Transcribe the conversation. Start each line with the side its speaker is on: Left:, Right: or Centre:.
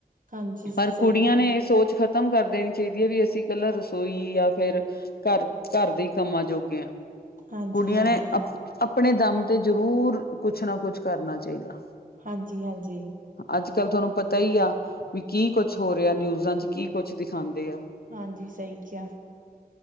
Right: ਹਾਂਜੀ ਸਹੀ
Left: ਪਰ ਕੁੜੀਆਂ
Right: ਕਿਹਾ
Left: ਨੇ ਸੋਚ ਖਤਮ ਖ਼ਤਮ ਕਰ ਦੇਣੀ ਚਾਹੀਦੀ ਹੈ ਵੀ ਅਸੀਂ ਇਕੱਲਾ ਰਸੋਈ ਜਾਂ ਫੇਰ ਘਰ ਘਰ ਦੇ ਹੀ ਕੰਮਾਂ ਜੋਗੇ ਹਾਂ।
Right: ਹਾਂਜੀ
Left: ਕੁੜੀਆਂ
Right: ਹਾਂਜੀ
Left: ਨੇ ਉਪ ਆਪਣੇ ਦਮ ਤੇ ਜ਼ਰੂਰ ਕੁਛ ਨਾ ਕੁਛ ਕਰਨਾ ਚਾਹੀਦਾ।
Right: ਹਾਂਜੀ, ਹਾਂਜੀ।
Left: ਅੱਜ ਕੱਲ ਤੁਹਾਨੂੰ ਪਤਾ ਹੀ ਆ ਵੀ ਕੀ ਕੁਛ ਹੋ ਰਿਹਾ ਨਿਊਜ਼ਾਂ ਚ ਕੀ ਕੁਛ ਦਿਖਾਉਂਦੇ ਆ
Right: ਹਾਂਜੀ। ਸਹੀ ਕਿਹਾ।